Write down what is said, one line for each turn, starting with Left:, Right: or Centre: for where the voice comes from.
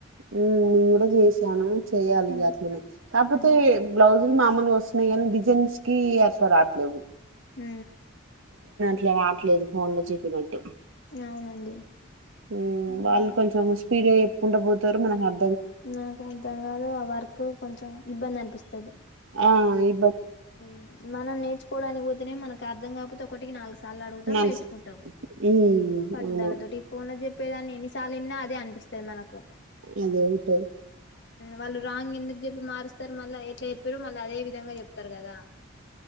Right: ఉ నిం కూడా చేసాను. చెయాలిగ
Left: మ్మ్.
Right: అట్లనే కాకపోతే
Left: మ్మ్.
Right: బ్లౌజ్ మామూన్గా వస్సున్నయి కానీ డిజైన్స్ కి అర్స రావట్లేవు.
Left: హు
Right: ఇట్ల రావట్లేదు ఫోన్ లో చెప్పినట్
Left: అవునండి.
Right: ఉ
Left: మ్మ్.
Right: వాళ్ళు కొంచెం స్పీడ్ ఎ కుంటబోతారు మనకు అర
Left: నాకు అర్థం కాదు ఆ వర్క్ కొంచెం ఇబ్బంది అనిపిస్తది.
Right: ఆ ఇ
Left: ఉ మనం నేర్చుకోవడానికి పోతేనే మనకు అర్ధం కాకపోతే ఒకటికి నాలుగు సార్లు అడుగుతాం
Right: నల్స్
Left: నేర్చుకుంటాం.
Right: హ్మ్.
Left: పట్టుదాల
Right: అవును.
Left: తొటి ఇ ఫోన్ల చెప్పేదాన్ని ఎన్నిసార్లున్నా అదే అనిపిస్తుది మనకు
Right: ఆది ఒకటి
Left: వాళ్ళు రాంగ్ ఎందుకు చెప్పి మారుస్తారు మళ్ళా ఎట్లా చెప్పారుమళ్ళా అదే విధంగా చెప్తారు కదా